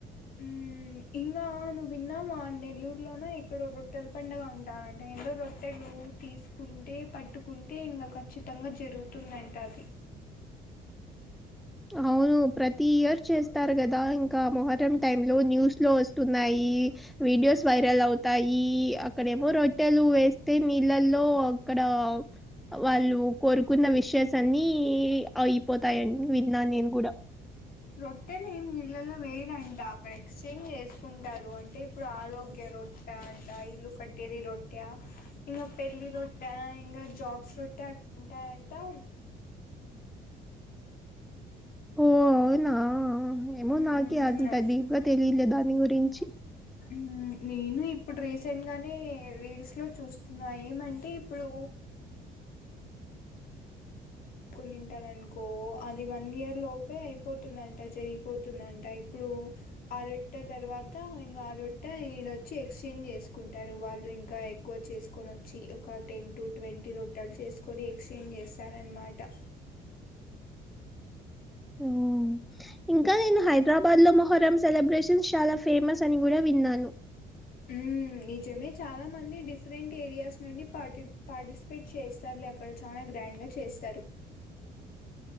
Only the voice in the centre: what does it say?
అవును ప్రతి ఇయర్ చేస్తారు కదా ఇంకా మొహరం టైమ్ లో న్యూస్ లో వస్తు న్నాయి వీడియోస్ వైరల్ అవుతాయి అక్కడ ఎవో రొట్టెలు వే తే నీళ్ళల్లో అక్కడ వాళ్ళు కోరుకున్న విషెస్ సన్నీ అయిపోతాయని విన్నాను నేను కూడా
ఓ అవునా ఏమో
నాకే అంత ఢీప్గా తెలియలే దాని గురించి
ఉమ్ ఇం కా నేను హైదరాబాద్లో మొహరం సెలబ్రేషన్స్ చాలా ఫేమస్ అని కూడా విన్నాను